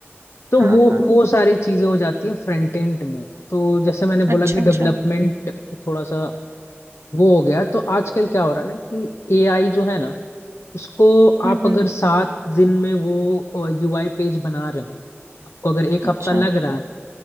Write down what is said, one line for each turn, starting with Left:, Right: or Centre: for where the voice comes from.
Left: तो
Right: हाँ,
Left: वो
Right: हाँ।
Left: वो सारी चीजें हो जाती है फ्रंट एंड में तो जैसे मैंने
Right: अच्छा,
Left: बोला कि डेवलपमेंट
Right: अच्छा।
Left: थोड़ा सा वो हो गया तो आजकल क्या हो रहा है ना कि एआई जो है ना उसको
Right: हुँ,
Left: आप
Right: हुँ।
Left: अगर सात दिन में वो यूआई पेज बना रहे हो आपको अगर एक
Right: अच्छा।
Left: हफ्ता लग रहा है